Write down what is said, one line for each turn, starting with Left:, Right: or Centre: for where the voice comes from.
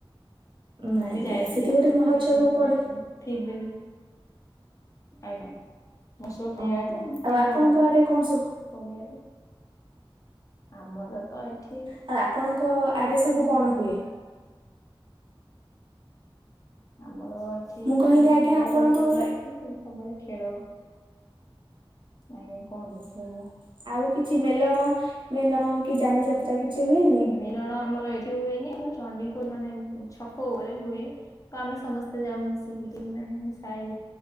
Right: ନାଁ
Left: ମୁଁ
Right: ଆଜ୍ଞା,
Left: ବି ଯାଇଛି
Right: ସେଠି
Left: ଆପଣ
Right: ଗୋଟେ ମହୋତ୍ସବ
Left: ବି
Right: ପଡି।
Left: ଥିବେ। ଆଜ୍ଞା, ମସ ପିଆଜ
Right: ଓହୋ ଆଉ
Left: ବଡ
Right: ଆପଣଙ୍କ ଆଡେ କଣ ସବୁ
Left: ପଡିଆ ଟେ। ଆମର ତ ଏଠି।
Right: ଆଉ ଆପଣଙ୍କ
Left: ଏତେ
Right: ଆଡେ ସବୁ
Left: ମାନେ
Right: କଣ ହୁଏ?
Left: ଆମର ଏଠି
Right: ମୁଁ କହିଲି ଆଜ୍ଞା
Left: ଖେଳ
Right: ଆପଣଙ୍କ
Left: ପଡିଆ ଗୋଟେ ଅଛି ସେଠି ସବୁବେଳେ ଖେଳୁ। ଆଜ୍ଞା କୁହନ୍ତୁ।
Right: ହ, ଆଉ କିଛି ମେଲଣ ମେଲଣ କି ଯାନି ଯାତ୍ରା କିଛି ହୁଏନି?
Left: ମେଲଣ ଆମର ଏଠି ହୁଏନି, ଆମର ଚଣ୍ଡିପୁର ମାନେ ଛକ ଉପରେ ହୁଏ। ତ ଆମେ ସମସ୍ତେ ଯାଉ ମିଶିକି ଟିକି ନାନୀ, ସାଇ।